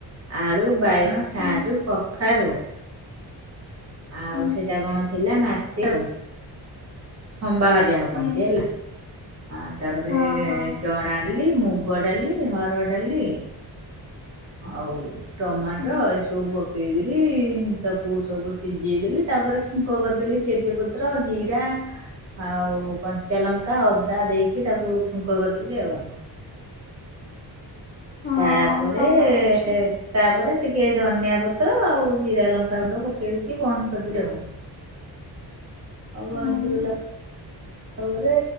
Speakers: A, on the right (about 40°); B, on the left (about 25°).
A: ଆଳୁ, ବାଇଗଣ, ସାରୁ,
B: ହୁଁ
A: କଖାରୁ ଆଉ
B: ହୁଁ
A: ସେଇଟା କଣ ଥିଲା ମାଟି ଆଳୁ। ଖମ୍ବା ଯାହାକୁ
B: ହୁଁ
A: କୁହନ୍ତି ହେଲା ଆଉ ତାପରେ
B: ହଁ ହଁ
A: ଚଣା ଡାଲି, ମୁଗ ଡାଲି, ହରଡ଼ ଡାଲି ଆଉ ଟମାଟ
B: ହୁଁ
A: ଏ ସବୁ ପ ପକେଇକିରି ତାକୁ ସବୁ ସିଜେଇଦେଲି ତାପରେ ଛୁଙ୍କ କରିଦେଲି ଚେଜପତ୍ର, ଜିରା ଆଉ କଞ୍ଚା ଲଙ୍କା, ଅଦା ଦେଇକି ତାକୁ ଛୁଙ୍କ କରିଦେଲି ଆଉ।
B: ହଁ
A: ତାପରେ
B: ଭଲ
A: ଏ
B: ଅଛି
A: ଏ ତାପରେ ଟିକେ ଧନିଆ ପତ୍ର ଆଉ ଜିରା, ଲଙ୍କା ଗୁଣ୍ଡ ପକେଇ ଦେଇକି ବନ୍ଦ କରିଦେଲି ଆଉ। <unintelligible>
B: ହୁଁ
A: ତାପରେ